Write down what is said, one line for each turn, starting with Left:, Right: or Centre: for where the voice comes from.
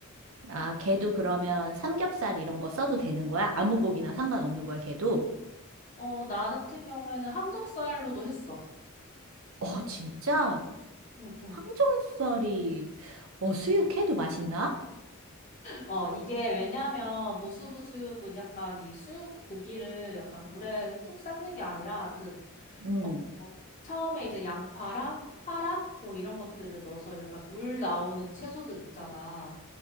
Right: 아, 걔도 그러면 삼겹살 이런 거 써도 되는 거야? 아무 고기나 상관없는 거야, 걔도?
Left: 어, 나 같은 경우에는 항정 쌀로도 했어.
Right: 어, 진짜?
Left: 응, 응.
Right: 항정살이, 어, 수육해도 맛있나?
Left: 어, 이게 왜냐면 무수분 수육은 약간 이 수육 고기를 약간 물에 푹 삶는 게 아니라 그
Right: 응,
Left: 어, 처음에 이제 양파랑 파랑 뭐 이런 것들을 넣어서 약간 물 나오는 채소들 있잖아.